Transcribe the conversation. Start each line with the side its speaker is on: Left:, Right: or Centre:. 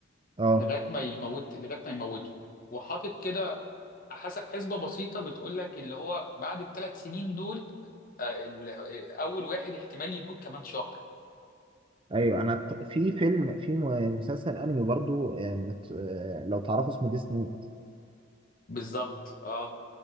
Right: اه
Left: لغايه ما يموت لغايه ما يموته وحاطط كده حسب حسبه بسيطه بتقول لك اللي هو بعد الثلاث سنين دول آه، ال- آه، اول واحد احتمال يموت كمان شهر
Right: ايوه انا ت- في فيلم في م- مسلسل انمي برضو آه، مت- آه، لو تعرفه اسمه ديس نوت
Left: بالظبط اه